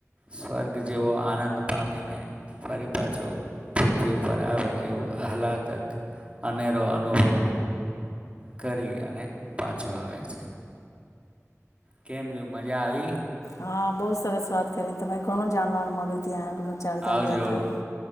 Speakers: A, on the right; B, on the left.
A: સ્વર્ગ જેવો આનંદ પામીને ફરી પાછો પૃથ્વી ઉપર આવે એવો આહલાદક અનેરો અનુભવ. કરી અને પાછો આવે છે. કેમ રર્યું મજા આવી?
B: હા બઉુ સરસ વાત કરી તરે ઘણું જાણવાનું મળ્યું. ત્યાં. ચારધામ
A: આવજો
B: યાત્રાનું.